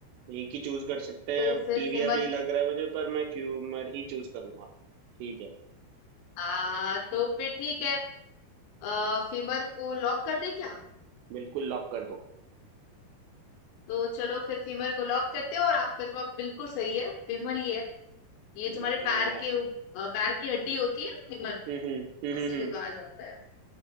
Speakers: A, on the right; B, on the left.
A: एक ही चूज कर सकते
B: तो
A: हैं अब
B: फिर
A: टीबिया
B: फेमर
A: भी लग रहा है मुझे पर मैं फ्यूमर ही चूज करूंगा ठीक है
B: आ तो फिर ठीक है आ, फेमर को लॉक कर दे क्या
A: बिल्कुल लॉक कर दो
B: तो चलो फिर फेमर को लॉक करते हैं और आपका जवाब बिल्कुल सही है फेमर ये है ये
A: Then,
B: जो हमारे पैर
A: अ,
B: के उ- अ, पैर की हड्डी होती है ना फेमर
A: हम्म हम्म
B: उसी
A: हम्म हम्म,
B: को कहा जाता है